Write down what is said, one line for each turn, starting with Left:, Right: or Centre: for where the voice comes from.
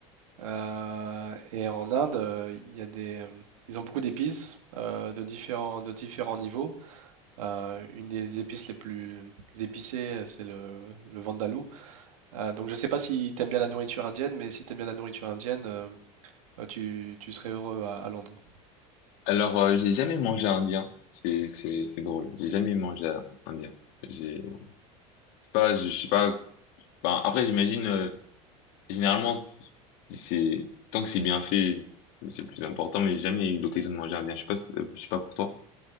Right: Euh, et en Inde, euh, il y a des, euh, ils ont beaucoup d'épices euh, de différents, de différents niveaux. Euh, une des épices les plus épicées, euh, c'est le, le vindaloo. Euh, donc je ne sais pas si tu aimes bien la nourriture indienne, mais si tu aimes bien la nourriture indienne, euh, euh, tu, tu serais heureux à, à Londres.
Left: Alors, euh, j'ai jamais mangé indien. C'est, c'est, c'est drôle. J'ai jamais mangé euh, indien. J'ai, je sais pas, je je sais pas. Ben, après, j'imagine, euh, généralement, c'est, c'est- tant que c'est bien fait, c'est le plus important, mais j'ai jamais eu l'occasion de manger indien. Je sais pas, si- euh, je sais pas pour toi.